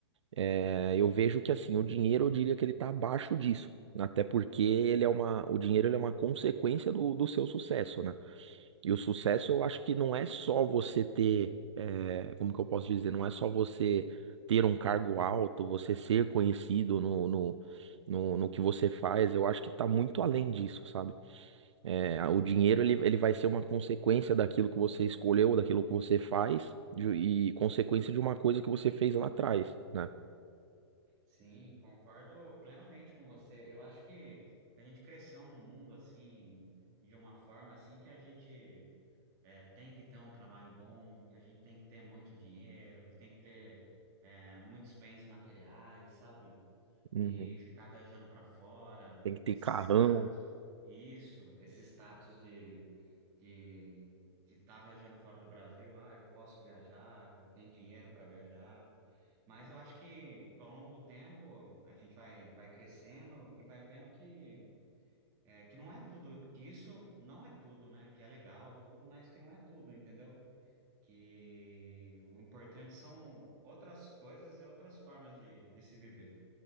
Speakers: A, on the right; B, on the right.
A: É, eu vejo que assim, o dinheiro eu diria que ele tá abaixo disso. Até porque ele é uma, o dinheiro ele é uma consequência do, do seu sucesso, né? E o sucesso eu acho que não é só você ter, eh, como que eu posso dizer, não é só você ter um cargo alto, você ser conhecido no, no, no, no que você faz, eu acho que tá muito além disso, sabe? Eh, o dinheiro ele, ele vai ser uma consequência daquilo que você escolheu, daquilo que você faz, de- e consequência de uma coisa que você fez lá atrás, né?
B: Sim, concordo plenamente com você. Eu acho que a gente cresceu num mundo assim, de uma forma assim que a gente é, tem que ter um trabalho bom, que a gente tem que ter muito dinheiro, que tem que ter é, muitos bens materiais, sabe?
A: Uhum.
B: e ficar viajando para fora,
A: Tem que ter
B: esse
A: carrão,
B: status, isso, esse status de de de estar viajando fora do Brasil, ah, eu posso viajar, eu tenho dinheiro para viajar. Mas eu acho que ao longo do tempo a gente vai vai crescendo e vai vendo que é, que não é tudo, que isso não é tudo, né? Que é legal tudo, mas que não é tudo, entendeu? Que o importante são outras coisas e outras formas de, de se viver.